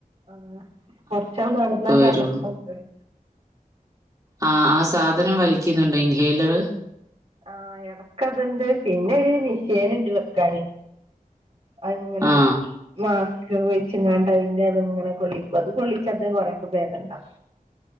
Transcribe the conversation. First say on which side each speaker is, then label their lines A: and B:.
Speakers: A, on the right; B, on the right.
A: ആഹ് കൊറച്ചാട് നടന്നാ
B: വരും
A: കെതപ്പ് ഏഹ്
B: ആഹ് ആ സാധനം വലിക്കിന്നുണ്ടോ ഇൻഹേലറ്
A: ആഹ് എടക്കത്ണ്ട് പിന്നെ ഒരു മിഷേന്ണ്ട് വെക്കാന് അഹ് ഇങ്ങനാ
B: ആ
A: മാ സ്ക് വെച്ച്ങ്ങാണ്ട് അതിന്റെ അത് ഇങ്ങനെ കൊള്ളിക്കും അത് കൊള്ളിച്ചാ അത് കൊറെക്കെ ബേധണ്ടാ